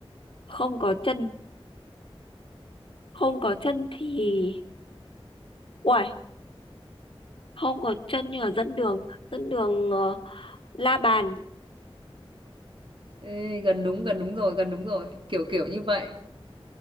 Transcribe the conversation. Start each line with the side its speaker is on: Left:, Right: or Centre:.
Left: Không có chân, không có chân thì uầy, không có chân nhưng mà dẫn đường, dẫn đường ờ, la bàn,
Right: Ê, gần đúng, gần đúng rồi, gần đúng rồi. Kiểu kiểu như vậy.